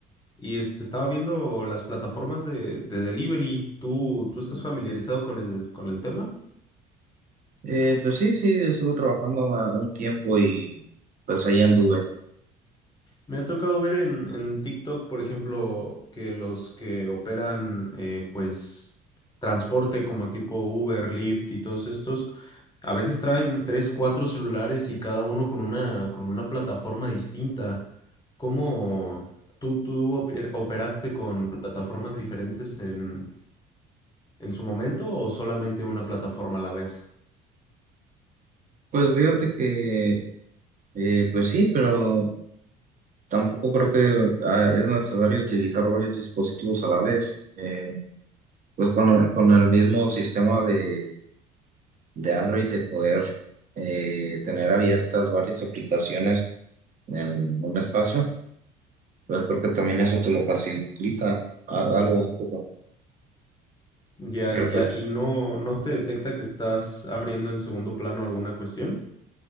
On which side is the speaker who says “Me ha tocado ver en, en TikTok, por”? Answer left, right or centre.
Left